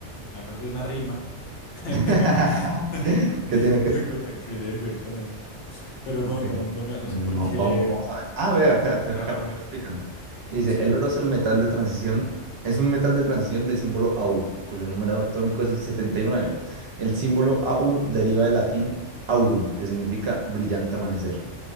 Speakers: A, on the left; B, on the right.
A: Me acuerdo de una rima <laughs>
B: <laughs> ¿Qué tiene que ver?
A: con el- que tiene que ver con eso. Pero
B: Ok.
A: no, no, no, me, no
B: Bueno,
A: sé por
B: vam-
A: qué
B: vam- vamos a ver. Ah, ve, acá, acá,
A: era
B: acá
A: A U.
B: me lo explican. Dice,
A: Sí.
B: el oro es el metal de transición, es un metal de transición de símbolo Au, cuyo número atómico es el setenta y nueve, El símbolo Au deriva del latín aurum, que significa brillante amanecer.